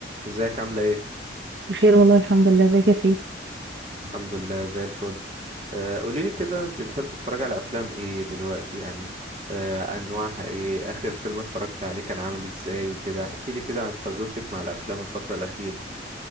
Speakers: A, on the right; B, on the right.
A: ازيك عاملة ايه؟
B: بخير والله الحمد لله ازيك يا سيف
A: الحمد لله زي الفل آه، قوليلي كده انت بتحبي تتفرجي على افلام ايه دلوقتي يعني آه، انواعها ايه اخر فيلم اتفرجت عليه كان عامل ازاي وكده احكيلي كده عن تجربتك مع الافلام الفترة الاخيرة